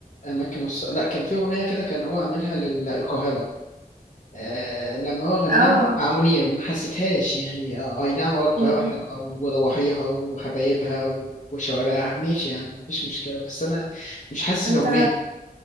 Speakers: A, on the left; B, on the right.
A: اماكن الص... لا كان في اغنيه كده كان هو عاملها للقاهره آه لما هو غناها
B: اه
A: مع منير ما حسيتهاش يعني آه أي نعم أه القاهرة
B: امم
A: حلوة وضواحيها وحبايبها وشوارعها ماشي يعني مفيش مشكلة بس أنا مش حاسس
B: انت
A: الأغنية